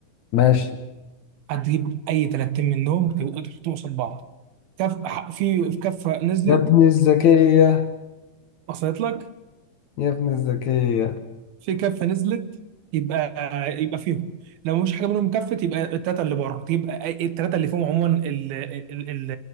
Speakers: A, on the left; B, on the right.
A: ماشي
B: هتجيب اي ثلاثتين منهم تبقوا تحطهم قصاد بعض كف ح- في في كفه نزلت
A: يا ابن الذكية
B: وصلت لك
A: يا ابن الذكية
B: في كفه نزلت يبقى يبقى فيهم لو مش حاجه منهم كفت يبقى الثلاثه اللي بره يبقى الثلاثه اللي فيهم عموما ال- ال- ال-